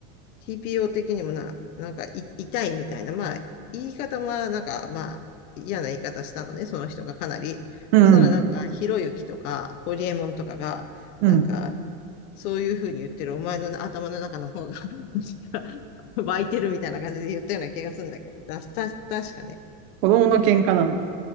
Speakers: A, on the left; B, on the right.
A: TPO 的にもな、なんかい痛いみたいな、まあ言い方もなんかまあ嫌な言い方したのね、その人がかなり。
B: うん、
A: そしたらなんかひろゆきとかホリエモンとかが、
B: うん。
A: なんかそういうふうに言ってる、お前の頭の中の方が <laughs> 湧いてるみたいな感じで言ったような気がするんだけど、だた、確かね。
B: 子供の喧嘩なの。